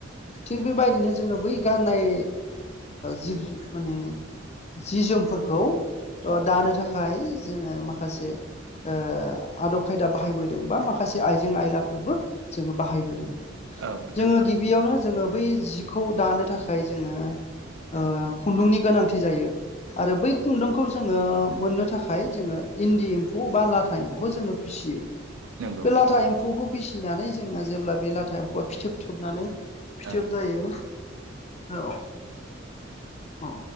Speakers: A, on the left (about 35°); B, on the right (about 70°).
A: थिग बेबायदिनो जोङो बै गाननाय जिब माने जि जोमफोरखौ। अ
B: औ
A: दानो थाखाय जोङो माखासे ओ आदब खायदा बाहायबोदों बा माखासे आइजें आयलाफोरबो जोङो बाहायबोदों।
B: औ नोंथां
A: जोङो गिबियावनो जोङो बै जिखौ दानो थाखा जाय जोङो खुन्दुंनि गोनांथि जायो। आरो बै खुन्दुंखौ जोङो मोननो थाखाय जोङो। इन्दि एम्फौ बा लाथा एम्फौखौ जोङो फिसियो।
B: नंगौ
A: बे लाथा एम्फौखौ फिसिनानै जोङो जेब्ला बे लाथा एम्फौआ फिथोब थोबनानै फिथोब
B: औ
A: जायो औ औ